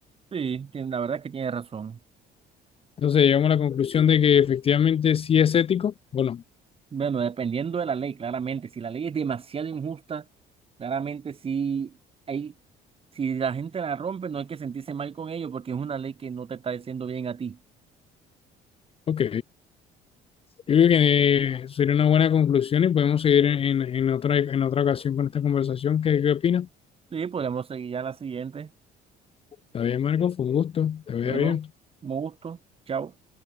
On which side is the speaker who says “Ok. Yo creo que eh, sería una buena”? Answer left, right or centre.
Left